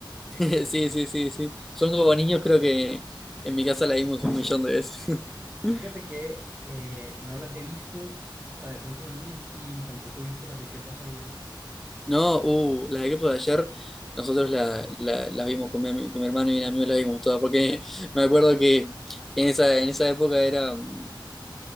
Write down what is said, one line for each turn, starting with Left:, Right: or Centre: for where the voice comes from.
Centre: <laughs> Sí, sí, sí, sí. Son como niños, creo que en mi casa la vimos un millón de veces. <laughs>
Right: Fíjate que eh, no las he visto, las de Son como niños, y tampoco he visto las de ¿Qué pasó ayer?
Centre: No, uh, las de Crepos de ayer, nosotros la, la, la vimos con mi, ami- con mi hermano y mi amigo, la vimos todas, porque me acuerdo que en esa, en esa época era, mm,